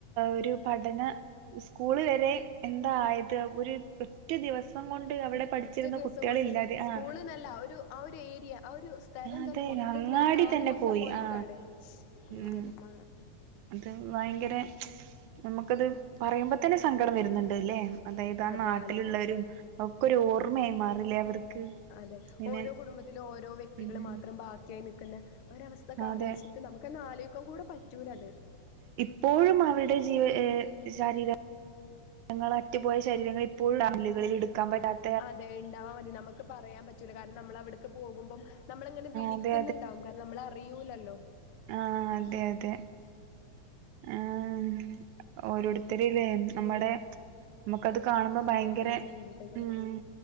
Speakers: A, on the right; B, on the left.
A: ഒരു പഠന സ്കൂള് വരെ എന്താ ആയത് ഒര് ഒറ്റ ദിവസം കൊണ്ട് അവിടെ പഠിച്ചിരുന്ന
B: ഒറ്റ ദിവസം
A: കുട്ടികളില്ലാതെ
B: കൊണ്ട് സ്കൂള്ന്നല്ല
A: ആ
B: ഒരു ആ ഒര് ഏരിയ ആ ഒരു സ് സ്ഥലം
A: അതെ
B: തന്നെ മൊത്തത്തില്
A: അങ്ങാടി
B: ആ ഒരു നാട്
A: തന്നെ
B: മൊത്തം
A: പോയി
B: പോയെക്കാണ്
A: ആ
B: അതന്നെ
A: ഉം
B: <unintelligible>
A: അത് വയങ്കരെ നമുക്കത് പറയുമ്പ തന്നെ സങ്കടം വര്ന്ന്ണ്ട് ലെ. അതായത് ആ
B: അതെ
A: നാട്ടില്ള്ളവരും
B: ആലേക്കുലേ
A: ഒക്കെ ഒരു ഓർമ്മയായി മാറില്ലേ അവർക്ക്.
B: അതെ,
A: ഇങ്ങനെ
B: ഓരോ കുടുംബത്തിലും ഓരോ വ്യക്തികള്
A: ഉം
B: മാത്രം ബാക്കിയായി നിക്ക്ന്ന ഓര അവസ്ഥക്ക
A: അതെ
B: ആലോയിച്ചിട്ട് നമുക്കന്നെ ആലോയിക്കാം കൂടെ പറ്റൂലത്.
A: എപ്പോഴും അവര്ടെ ജീവ ഏഹ് ശാരീര ങ്ങള അറ്റ്പോയ ശരീരങ്ങള് ഇപ്പോഴും <unintelligible> ഇടുക്കാം പറ്റാത്
B: അതെ ഇണ്ടാവാം വേണ്ടി നമുക്ക് പറയാൻ പറ്റ് റ്റൂല കാരണം നമ്മള് അവിട്ക്ക് പോകുമ്പം നമ്മള്ങ്ങനെ വിളിക്കുന്ന്ണ്ടാവും
A: അതെ
B: കാരണം നമ്മള് അറിയൂല്ലല്ലോ.
A: ആഹ് അതെ അതെ. ആഹ് ഓരോട്ത്തര്ലെ നമ്മടെ മ്മക്കത് കാണുമ്പം ഭയങ്കരെ
B: ഓരോരുത്തരുടെ ജീവിതങ്ങള്
A: മ്